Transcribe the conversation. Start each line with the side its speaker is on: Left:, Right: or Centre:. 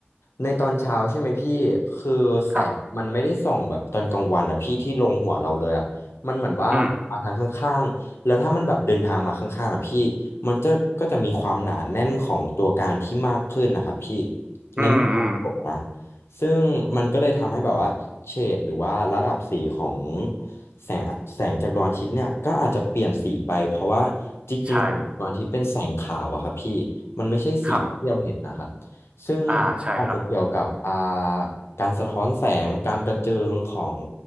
Left: ในตอนเช้าใช่ไหมพี่คือแสงมันไม่ได้ส่องแบบตอนกลางวันอะพี่ที่ลงหัวเราเลยอะมันเหมือนว่ามาทางข้างๆแล้วถ้ามันแบบเดินทางมาข้างๆอะพี่มันจะก็จะมีความหนาแน่นของตัวการที่มากขึ้นนะครับพี่
Right: ครับอืม
Left: ในมุมของผมนะ
Right: อืม อืม
Left: ซึ่งมันก็เลยทำให้แบบว่าเฉดหรือว่าระดับสีของแสงแสงจากดวงอาทิตย์เนี่ยก็อาจจะเปลี่ยนสีไปเพราะว่าจริงๆแสงดวงอาทิตย์เป็นแสงขาวอะครับพี่มันไม่ใช่สีแบบที่เราเห็นนะครับ
Right: ใช่ ครับ
Left: ซึ่ง
Right: อ่า ใช่ครับ
Left: อาจจะเกี่ยวกับอ่าการสะท้อนแสงการกระเจิงของ